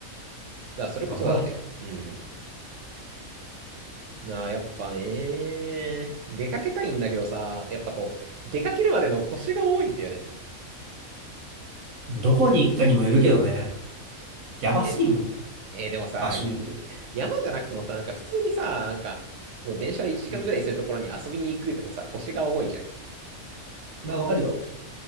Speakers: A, on the right; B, on the right.
A: ら、それこそだって、
B: まあそうだね。
A: うん。なあ、やっぱね、出かけたいんだけどさ、やっぱこう、出かけるまでの腰が多いんだよね。
B: どこに行くかにもよるけどね。やばすぎるもん。
A: え、え、でもさ、
B: 場所によって。
A: いや、山じゃなくてもさ、なんか普通にさ、なんか、もう電車で1時間ぐらいするところに遊びに行くでもさ、
B: うん。
A: 腰が重いじゃん。
B: まあ、わかるよ。